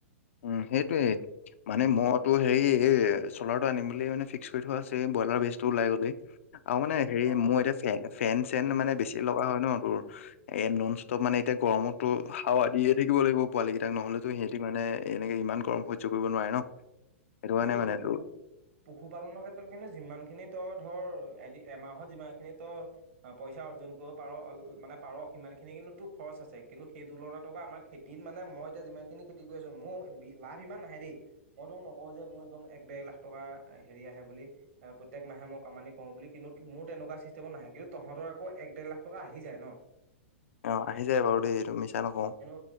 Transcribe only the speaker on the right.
অ
সেইটোৱে কিন্তু
পশু
পশুপালনৰ ক্ষেত্ৰত কিন্তু যিমান খিনি তই ধৰ এদি এমাহত যিমান খিনি তই পইচা অৰ্জন কৰিব পাৰ অ, মানে পাৰ সিমান খিনি কিন্তুো খৰচ খচ আছে কিন্তু সেই তুলনাত আমাৰ খেতিত মানে মই এতিয়া যিমান খিনি খেতি কৰি আছো মোৰ লাভ ইমান নাহে দেই। মোৰো ন ক যে মোৰ একদম এক দেেৰ লাখ টকা হেৰি আহে বুলি প্ৰত্যেক মাহে মই কমানি কৰ বুলি কিন্তু মোৰ এনেকুৱা চিষ্টেমত নাহে কিন্তু তহতৰচাঁক আকৌ ড দেৰ লাখ টকা আহি যায় ন।
এনো